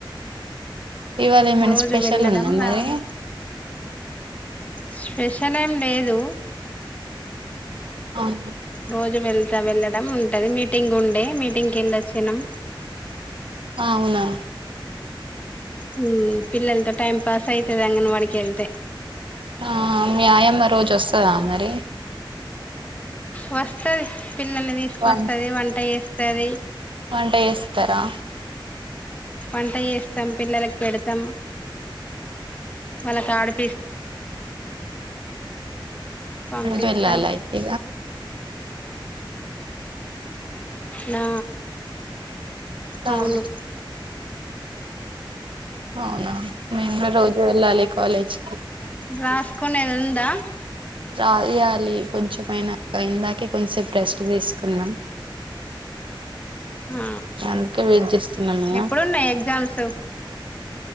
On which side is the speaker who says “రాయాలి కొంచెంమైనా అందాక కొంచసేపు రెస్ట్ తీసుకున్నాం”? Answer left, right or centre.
Right